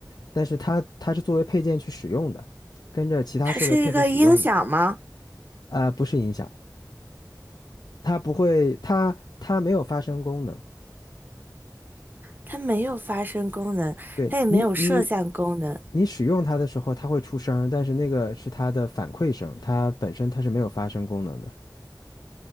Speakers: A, on the left; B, on the right.
A: 但是它它是作为配件去使用的，跟着其他设备配合使用的，
B: 它是一个音响吗？
A: 啊、不是音响，它不会，它它没有发声功能。
B: 它没有发声功能，
A: 对你你
B: 它也没有摄像功能。
A: 你使用它的时候，它会出声儿但是那个是它的反馈声，它本身它是没有发声功能的。